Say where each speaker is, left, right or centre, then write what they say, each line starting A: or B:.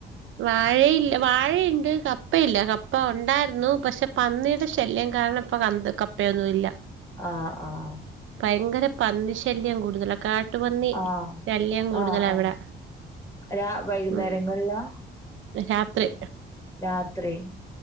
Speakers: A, on the right; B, on the left.
A: വാഴയില്ല വാഴയുണ്ട് കപ്പയില്ല കപ്പ ഉണ്ടായിരുന്നു പക്ഷെ പന്നിയുടെ ശല്യം കാരണം അപ്പൊ കന്ത് കപ്പയൊന്നും ഇല്ല
B: ആഹ് ആഹ്
A: ഭയങ്കര പന്നി ശല്യം കൂടുതല കാ കാട്ടുപന്നി
B: ആഹ്
A: ശല്യം കൂടുതല
B: ആഹ് ആഹ്.
A: ഇവിടെ
B: രാ വൈകുന്നേരങ്ങളിലാ?
A: ഉം രാത്രി
B: രാത്രി